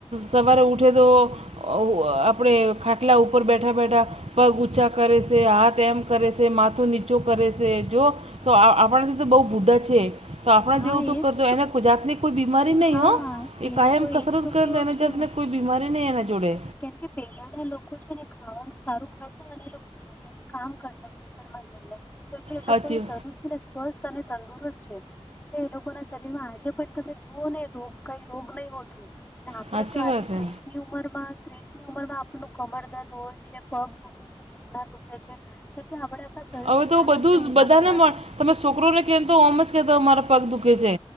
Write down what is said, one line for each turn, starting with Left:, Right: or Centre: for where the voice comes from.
Right: સવારે ઉઠે તો ઉવા આપડે ખાટલા ઉપર બેઠા બેઠા પગ ઉછા કરે છે હાથ એમ કરે છે માથું નીચું કરે છે જો તો આપણ ભી તો બહુ બુઢા છે. તો આપણા
Left: હા
Right: જેવું તો
Left: એજ
Right: કરજો એને ગુજતની કોઈ બીમારી નહીં
Left: હા
Right: હો એક
Left: એ
Right: કાયમ
Left: લોકો
Right: કસરત
Left: એજ તો
Right: કરે
Left: કેવું
Right: એ
Left: છું
Right: જાતને
Left: ને
Right: કોઈ બીમારી નહીં એના જોડે.
Left: કેમ કે પેલા ના લોકો છે ને ખાવાનું સારું ખાતા અને એ લોકો ખે બધા ને કામ કરતા ખેતરમાં જઈને એટલે એ
Right: સાચી
Left: લોકો નું શરીર છે ને સ્વસ્થ તને તંદુરસ્ત છે. એટલે એ લોકો ના શરીર માં આજે પણ તમે જુઓ ને રોગ કઈ રોગ નહી હોતું. ને આપડે
Right: સાચી
Left: તો આજે
Right: વાત હે
Left: ત્રીસ ની ઉંમર માં ત્રીસ ની ઉંમરમાં આપણું કમર દર્દ હોય છે પગ દુખે છે ઘૂટના દુખે છે કેમકે આપડે આપણા શરીર
Right: હવે
Left: નું ધ્યાન
Right: તો બધું
Left: જ નહી
Right: બધાને
Left: રાખતા
Right: મળ તમે છોકરોને કહેમતો ઓમ જ કહેતા મારા પગ દુઃખે છે